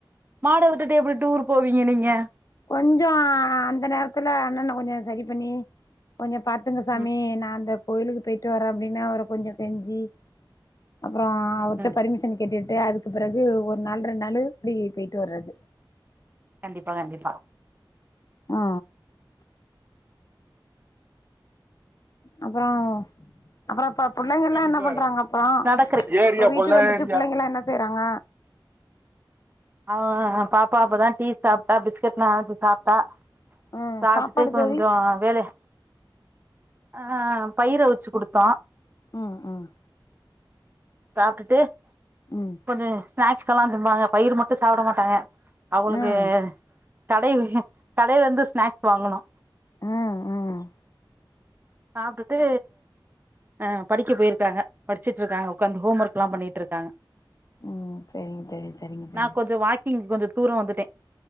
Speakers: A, on the right; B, on the left.
A: மாட விட்டுட்டு எப்டி டூர் போவீங்க நீங்க
B: கொஞ்சோ அந்த நேரத்துல அண்ணன்ன கொஞ்சோ சரி பண்ணி கொஞ்சோ பாத்துங்க சாமி
A: ம்
B: நா அந்த கோயிலுக்கு போயிட்டு வரறே அப்டின்னு அவர கொஞ்சோ கெஞ்சி அப்றோ
A: ம்
B: அவர்ட்ட
A: ம்
B: பர்மிஷன் கேட்டுட்டு அதுக்கு பிறகு ஒரு நாள் ரெண்டு நாள் இப்டி போயிட்டு வர்றது
A: கண்டிப்பா கண்டிப்பா
B: ஆ அப்றோ அப்பறோ ப புள்ளங்க
A: கண்டிப்பா
B: எல்லா என்ன பண்றாங்க அப்றோ
A: நடக்கறி ஏரியா
B: இப்ப வீட்டுக்கு
A: பொள்ள
B: வந்துட்டு
A: ஏரியா
B: புள்ளங்கல்லா என்ன செய்றாங்க
A: ஆ பாப்பா இப்பதா டீ சாப்டா பிஸ்கட் நன சாப் டா
B: ம்
A: சாப்டுட்டு
B: சாப்பாடு
A: கொஞ்சோ
B: தோழி
A: வேலய அ பயிரு அவிச்சு குடுத்தோ
B: ம் ம்
A: சாப்டுட்டு
B: ம்
A: கொஞ்சோ ஸ்நாக்ஸ் கெல்லா திம்பாங்க பயிறு மட்டு சாப்ட மாட்டாங்க அவளுக்கு
B: ம்
A: கடை கடையில இருந்து ஸ்நாக்ஸ் வாங்கனு
B: ம் ம்
A: சாப்டுட்டு அ படிக்க போயிருக்காங்க படிச்சுட்டு இருக்காங்க உக்காந்து ஹோம் ஒர்க் ல்லா பண்ணிட்டு இருக்காங்க
B: ம் சரிங்க தோழி சரிங்க தோழி
A: நா கொஞ்சோ வாக்கிங் கொஞ்சோ தூரோ வந்துட்டே